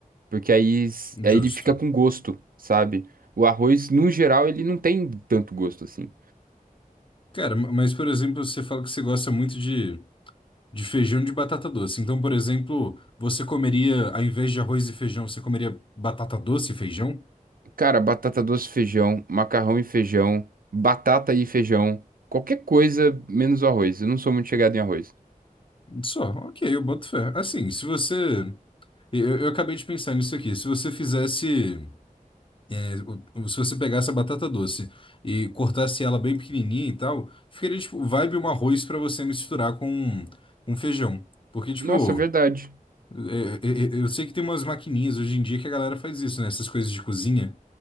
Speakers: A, on the right; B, on the left.
A: porque aí, s- aí
B: justo.
A: ele fica com gosto, sabe? O arroz, no geral, ele não tem tanto gosto assim.
B: Cara, ma- mas por exemplo, você fala que você gosta muito de, de feijão de batata doce. Então, por exemplo, você comeria, ao invés de arroz e feijão, você comeria batata doce e feijão?
A: Cara, batata doce, feijão, macarrão e feijão, batata e feijão, qualquer coisa menos o arroz. Eu não sou muito chegado em arroz.
B: Só, ok, eu boto fé. Assim, se você. Eu, eu acabei de pensar nisso aqui. Se você fizesse. É, o- se você pegar essa batata doce e cortasse ela bem pequenininha e tal, ficaria tipo vibe um arroz pra você misturar com, com feijão. Porque, tipo,
A: Nossa, verdade.
B: é, é, é, eu sei que tem umas maquininhas hoje em dia que a galera faz isso, né? Essas coisas de cozinha.